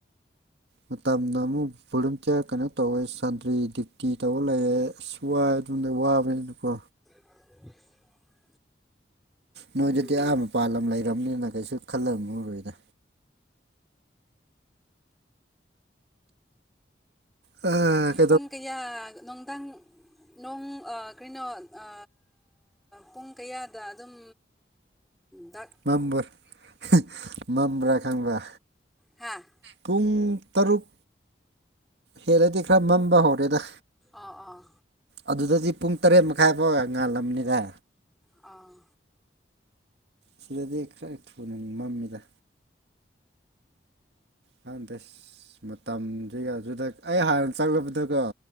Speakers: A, on the right; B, in the centre.
A: ꯃꯇꯝꯅ ꯑꯃꯨꯛ ꯚꯣꯂꯨꯝꯇꯤꯌꯔ ꯀꯩꯅꯣ ꯇꯧꯑꯩ ꯁꯟꯗ꯭ꯔꯤ ꯗ꯭ꯌꯨꯇꯤ ꯇꯧꯔ ꯂꯩꯌꯦ ꯋꯥꯏ ꯑꯗꯨꯅ ꯋꯥꯕꯅꯤꯅꯀꯣ
B: <inaudible>
A: ꯅꯣꯏꯗꯗꯤ
B: ꯎꯝ
A: ꯑꯥ ꯃꯄꯥꯜ ꯂꯝ ꯂꯩꯔꯕꯅꯤꯅ ꯀꯩꯁꯨ ꯈꯜꯂꯝꯃꯥꯔꯣꯏꯗ ꯑ
B: ꯄꯨꯡ ꯀꯌꯥ ꯅꯣꯡꯗꯥꯡ ꯅꯣꯡ ꯑ ꯀꯩꯅꯣ ꯑ ꯄꯨꯡ ꯀꯌꯥꯗ ꯑꯗꯨꯝ ꯗ
A: <unintelligible> ꯃꯝ꯭ꯔꯥ ꯈꯪꯕ꯭ꯔ
B: ꯍꯥꯥ
A: ꯄꯨꯡ ꯇꯔꯨꯛ ꯍꯦꯜꯂꯗꯤ ꯈꯔ ꯃꯝꯕ ꯍꯧꯔꯦꯗ
B: ꯑꯥꯎ ꯑꯥꯎ
A: ꯑꯗꯨꯗꯗꯤ ꯄꯨꯡ ꯇꯔꯦꯠ ꯃꯈꯥꯏꯐꯥꯎ ꯉꯥꯜꯂꯝꯒꯅꯤꯗ
B: ꯑꯥ
A: ꯑꯁꯤꯗꯗꯤ ꯈꯔ ꯊꯨꯅ ꯃꯝꯃꯤꯗ ꯈꯪꯗꯦ ꯃꯇꯝ <unintelligible> ꯒꯤ ꯑꯗꯨꯗ ꯑꯩ ꯍꯥꯟꯅ ꯆꯪꯂꯛꯕꯗꯀꯣ꯫